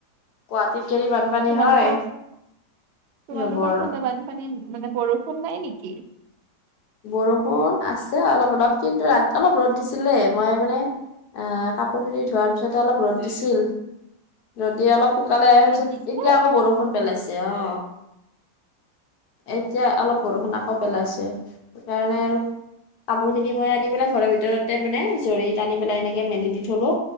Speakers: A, on the left; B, on the right.
A: গুৱাহাটীত যদি বানপানী
B: তোমালোকৰ
A: হয়
B: তোমালোকৰ
A: কি হ'ব আৰু।
B: ফালে বানপানী মানে বৰষুণ নাই নেকি?
A: বৰষুণ আছে অলপ অলপ কিন্তু ৰাতি অলপ ৰ'দ দিছিলে। মই মানে আহ কাপোৰ খিনি ধোৱাৰ পিছতে অলপ ৰ'দ দিছিল। যদি অলপ সোনকালে এৰ
B: ৰ'দ
A: সোন।
B: দিছে
A: এতিয়া আকৌ বৰষুণ পেলাইছে। অ। এতিয়া অলপ বৰষুণ আকৌ পেলাইছে। সেইকাৰণে আৰু কাপোৰখিনি মই আনি পেলাই ঘৰৰ ভিতৰতে মানে জৰিত আনি পেলাই এনেকে মেলি দি থলো।